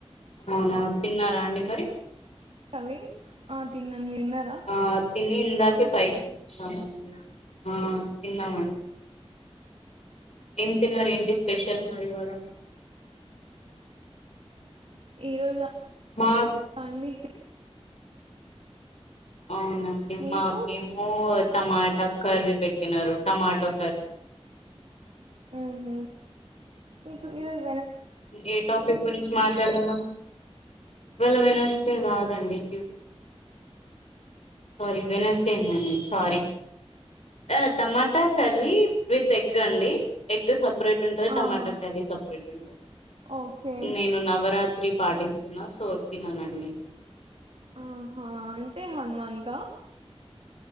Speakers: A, on the left; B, on the right.
A: అవునా తిన్నారా అండి మరి
B: క మీరు ఆహ్ తిన్న అన్ తిన్నారా
A: ఆ తిని ఇందాకే పైకి వచ్చామండి ఆ తిన్నామండి ఏం తిన్న రెంటి స్పెషల్ మరి వరమెమో
B: ఈ రోజు
A: మాకు
B: అండి
A: అవునండి
B: మీకు
A: మాకేమో టమాటా కర్రీ పెట్టినారు టమాటో కర్రీ
B: ఉంహు మీకు ఈ రోజ్
A: ఏ టాపిక్ గురించి మాట్ డదా వెళ్ళ వెనస్డే కాదండి ట్యూస్డే సారీ వెనస్డే అండి సారీ ఆ టమాటా కర్రీ విత్ ఎగ్ అండి ఎగ్ సపరేట్ ఉంటది టమాట
B: ఆహా
A: కర్రీ సపరేట్ ఉంటది
B: ఓకే
A: నేను నవరాత్రి పాఠ పాటిస్తున్నా సో తిననండి
B: ఆహా అంటే హన్ మాన్ కా